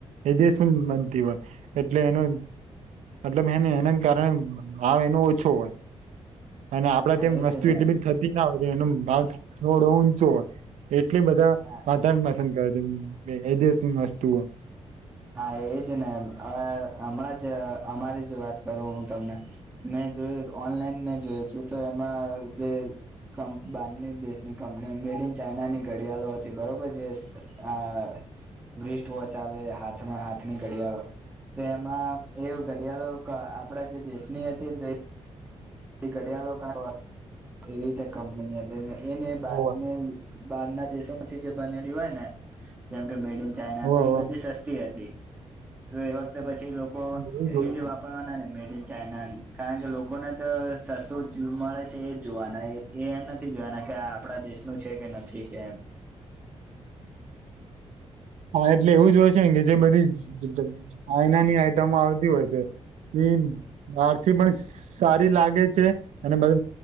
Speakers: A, on the right; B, on the right.
A: વિદેશમાં જ બનતી હોય. એટલે એનું મતલબ એને એનાં કારણે ભાવ એનો ઓછો હોય. અને આપણે
B: હા
A: ત્યાં
B: એજ
A: વસ્તુ
B: ને
A: એટલી બધી થતી ના હોય એનો ભાવ થો-થોડો ઊંચો હોય. તે એટલી બધા
B: હા
A: વધારે પસંદ કરે છે વિદેશની વસ્તુઓ.
B: હા એજને અહ હમણાં જ અમારી જ વાત કરું હું તમને મેં જે ઓનલાઈન મેં જોયું હતું તો એમાં જે કમ બહારની દેશની કંપની એની મેડ ઇન ચાઈનાની ઘડિયાળ હતી બરોબર જે આહ વેઇસ્ટવોચ આવે હાથ તમારા હાથની ઘડિયાળો તો એમાં એ ઘડિયાળો કા આપણા જે દેશની હતી ને તો એ ઘડિયાળો કા <unintelligible> એવી કંપની એને બારને
A: હોવે
B: બહારના દેશોમાંથી જે બનેલી હોયને જેમ કે મેડ ઇન ચાાઈના
A: હોવે
B: તો એ બધી સસ્તી હતી. તો એ વખતે પછી લોકો
A: હોવે
B: એવી જે વાપરવાના ને મે ડ ઇન ચાઈના. કારણ કે લોકોને ત સસ્તુંજ મળે છે એજ જોવાના એ એમ નથી જોવાના કે આ આપણા દેશનું છે કે નથી. કેમ.
A: <inaudible> હા એટલે એવું જ હોય છેને કે જે બધી ચ ચ ચાઈનાની આઈટમો આવતી હોય છે એ બહારથી પણ સારી લાગે છે અને બધુ